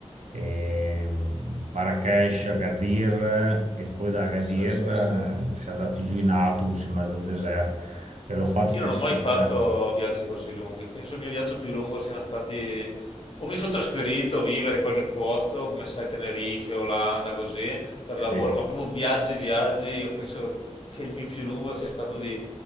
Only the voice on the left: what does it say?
Sì, sì, sì.
Io
non ho mai
fatto viaggi così lunghi. Penso il mio viaggio più lungo siano stati... O mi sono trasferito a vivere in qualche posto, come sai, Tenerife, Olanda, così, per
lavoro, ma proprio viaggi, viaggi, io penso che il mio più lungo sia stato di